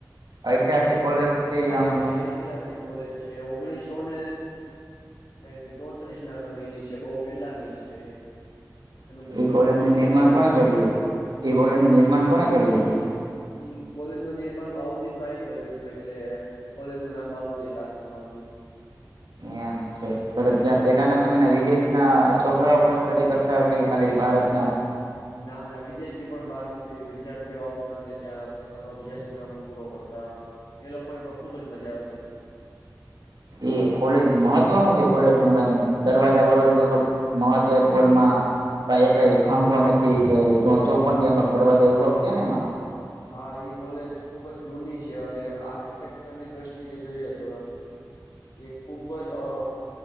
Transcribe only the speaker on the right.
ઐતિહાસિક કોલેજ છે
આમ
એ
કોલેજ
નું નિર્માણ
કોને
કર્યું એ કોલેજનું નિર્માણ કોણે કર્યું હતું
એમ છે તો ત્યાં પેલાના સમયના વિદેશ ના છોકરાઓ પણ સ્ટડી કરતા હશે કે ખાલી ભારતના જ
એ કોલેજ મહત્વનું છે કોલેજમાં કઈ દરવાજા બરવાજા જેવુ મહત્વ એક હોલમાં કઈ કઈ ખાંભો નથી કે જો પણ ચોપન કે એમ કઈ દરવાજા એવું કઈક છે ને એમાં